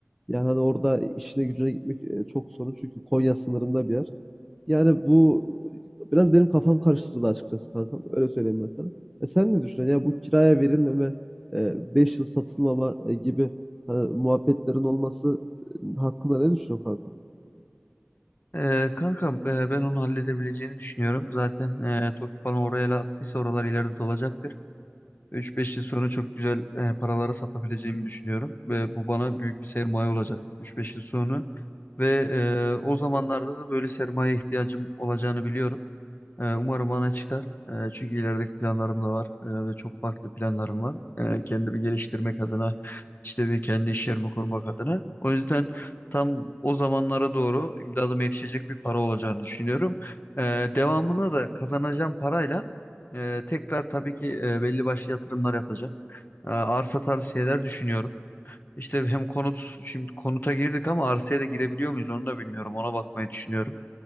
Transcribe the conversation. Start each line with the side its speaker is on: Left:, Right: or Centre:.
Centre: Yani hani orada işine gücüne gitmek e, çok sorun. Çünkü Konya sınırında bir yer. Yani bu biraz benim kafam karıştırdı açıkçası kankam. Öyle söyleyeyim ben sana. E sen ne düşünüyorsun? Ya bu kiraya verilmeme, e, 5 yıl satılmama e, gibi e, muhabbetlerin olması e, hakkında ne düşünüyorsun kanka?
Left: Ee, kanka e, ben onu halledebileceğini düşünüyorum. Zaten e, Tokyo falan oraya attıysa oralar ileride dolacaktır. 3-5 yıl sonra çok güzel e, paralara satabileceğimi düşünüyorum ve bu bana büyük bir sermaye olacak 3-5 yıl sonra ve e, o zamanlarda da böyle sermaye ihtiyacım olacağını biliyorum. Ee, Umarım bana çıkar. Ee, Çünkü ilerideki planlarım da var ee, ve çok farklı planlarım var. Ee, Kendimi geliştirmek adına işte bir kendi iş yerimi kurmak adına. O yüzden tam o zamanlara doğru imdadıma yetişecek bir para olacağını düşünüyorum. Ee, Devamında da kazanacağım parayla e, tekrar tabii ki e, belli başlı yatırımlar yapacağım. Ee, Arsa tarzı şeyler düşünüyorum. İşte hem konut, şimdi konuta girdik ama arsaya da girebiliyor muyuz onu da bilmiyorum. Ona bakmayı düşünüyorum.